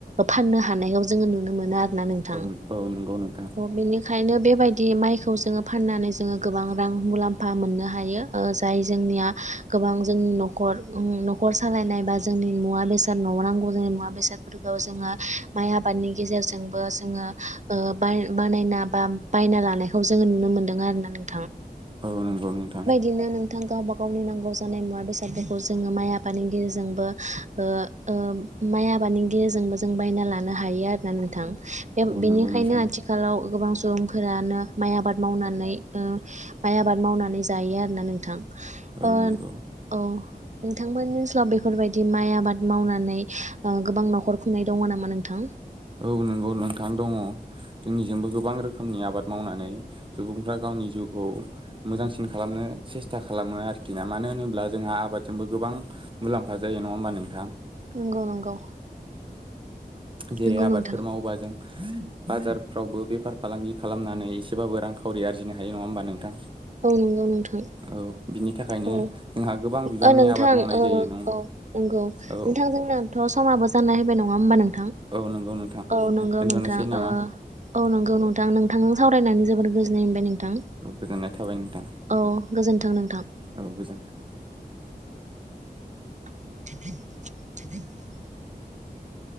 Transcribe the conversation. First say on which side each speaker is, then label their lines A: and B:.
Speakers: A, on the right; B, on the right.
A: फाननो हानायाव जोङो नुनो मोनो आरो ना नोंथां
B: औ औ नंगौ नोंथां
A: बेनिखायनो बेबायदि। दि माइखौ जोङो फाननानै जोङो गोबां रां मुलामफा मोननो हायो। ओ जाय जोंनिया गोबां जोंनि न'खर। न'खर सालायनाय बा जोंनि मुवा बेसाद न'याव नांगौ जोंनि मुवा बेसादफोरखौ जोङो। माइ आबादनि गेजेरजोंबो जोङो बाय बानायना बा बायना लानायखौ जों ङो नुनो मोनदों आरोना नोंथां।
B: औ नंगौ नोंथां।
A: बिदिनो नोंथां गावबा गावनि नांगौ जानाय मुवा बेसादफोरखौ जोङो माइ आफादनि गेजेरजोंबो। ओ माइ आबादनि गेजेरजोंबो जों बायना लानो हायो आरोना नोंथां।
B: औ
A: बेनिखायनो
B: नंगौ नोंथां
A: आथिखालाव गोबां। सुबुंफोरानो माइ आबाद मावनानै ओ माइ आबाद मावनानै जायो आरोना नोंथां। ओ
B: औ नंगौ
A: औ नोंथांमोननि ओनसोलाव बेफोरबायदि माइ आबाद मावनानै। नै गोबां न'खर खुंनाय दङ नामा नोंथां।
B: औ नंगौ नोंथां दङ जोंनिजोंबो गोबां रोखोम। मनि आबाद मावनानै सुबुंफ्रा गावनि जिउखौ मोजांसिन खालामनो। सेसथा खालामो आरोखि ना मानो होनोब्ला जोंहा आबादजोंबो गोबां मुलामफा जायो नङा होमबा नोंथां?
A: नंगौ नंगौ।
B: जेरै
A: नंगौ
B: आबादफोर
A: नोंथां
B: मावोबा जों। बाजारफ्रावबो बेफार फालांगि खालामनानै एसेबाबो रांखावरि आरजिनो हायो नङा होमबा नोंथां।
A: औ नंगौ नोंथां
B: औ। बिनि थाखायनो
A: औ
B: जोंहा गोबां बिबांनि
A: औ नोंथां
B: आबाद मावनाय
A: औ
B: जायो नों
A: नंगौ
B: औ
A: नोंथांजोंनोथ'। समाबो जाना हायबाय नङा होनबा नों
B: औ नंगौ नोंथां
A: औ नंगौ
B: दोनथ'नोसै
A: नोंथ औ
B: नामा
A: नंगौ नोंथां। नोंथांजों सावरायनानै जोबोर गोजोननाय मोनबाय नोंथां
B: औ गोजोननाय थाबाय नोंथां
A: औ गोजोन्थों नोंथां।
B: औ गोजोन्थों।
A: <inaudible>